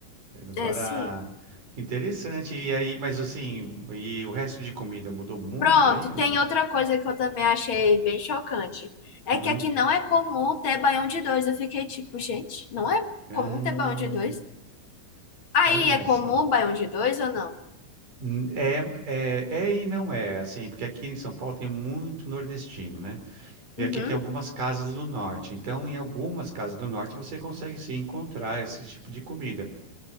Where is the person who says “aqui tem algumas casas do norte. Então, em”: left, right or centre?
Right